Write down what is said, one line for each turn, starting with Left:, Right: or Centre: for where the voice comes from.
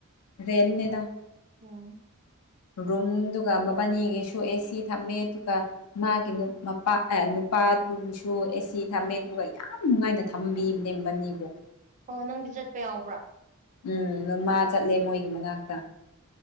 Left: ꯔꯦꯦꯜꯅꯦꯗ
Right: ꯎꯝ
Left: ꯔꯨꯝꯗꯨ ꯃꯕꯥꯅꯤꯒꯤꯁꯨ ꯑꯦꯁꯤ ꯊꯝꯃꯦ ꯑꯗꯨꯒ ꯏꯃꯥꯒꯤ ꯃꯄꯥ ꯄꯥꯗꯨꯁꯨ ꯑꯦꯁꯤ ꯊꯝꯃꯦ ꯑꯗꯨꯒ ꯌꯥꯝ ꯅꯨꯡꯉꯥꯏꯅ ꯊꯝꯕꯤꯕꯅꯦ ꯕꯅꯤꯕꯨꯣ
Right: ꯑꯣ ꯅꯪꯗꯤ ꯆꯠꯄ ꯌꯥꯎꯕ꯭ꯔꯥ
Left: ꯎꯝ ꯅꯃ ꯆꯠꯂꯦ ꯃꯣꯏꯒꯤ ꯃꯅꯥꯛꯇ